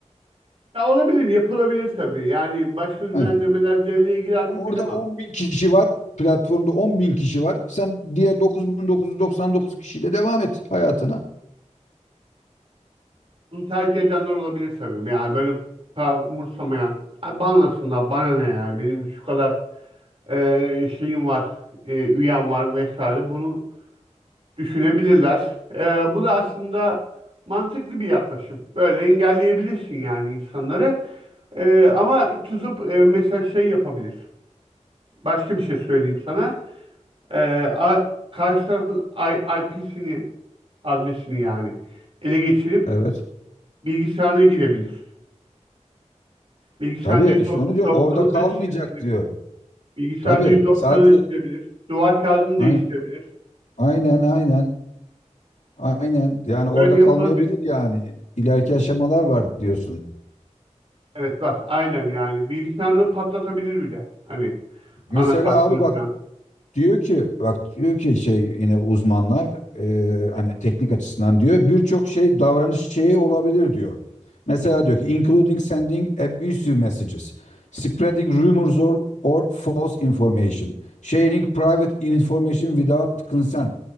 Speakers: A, on the right; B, on the left.
A: Ya olabilir, yapılabilir tabii. Yani başka düzenlemeler
B: Hani
A: devreye girer
B: orada
A: mi bilemem.
B: 10 bin kişi var. Platformda 10 bin kişi var. Sen diğer 9.999 kişiyle devam et hayatına.
A: Bunu tercih edenler olabilir tabii. Yani böyle para umursamayan. Ay banlasınlar bana ne yani benim şu kadar e, şeyim var, e, üyem var vesaire bunu düşünebilirler. E, bu da aslında mantıklı bir yaklaşım. Böyle engelleyebilirsin yani insanları. E, ama tutup e, mesela şey yapabilir. Başka bir şey söyleyeyim sana. E, a- karşı tarafın IP'sini, adresini yani ele geçirip
B: Evet.
A: bilgisayarına girebilir. Bilgisayarında
B: Tabii
A: dosyaları
B: işte onu diyorum.
A: dosyaları
B: Orada kalmayacak
A: silebilir.
B: diyor.
A: Bilgisayarında
B: Tabii.
A: dosyaları
B: Sadece
A: silebilir. Duvar kağıdını
B: Ay-
A: değiştirebilir.
B: aynen aynen. Aynen. Yani orada
A: Böyle yapılabilir.
B: kalmayabilir yani. İleriki aşamalar var diyorsun.
A: Evet bak aynen yani. Bilgisayarını patlatabilir bile. Hani
B: Mesela
A: anakartını
B: abi bak
A: falan.
B: diyor ki bak diyor ki şey yine uzmanlar e,
A: Evet.
B: hani teknik açısından diyor birçok şey davranış şeyi olabilir diyor. Mesela diyor ki including sending abusive messages, spreading rumors or, or false information, sharing private information without consent.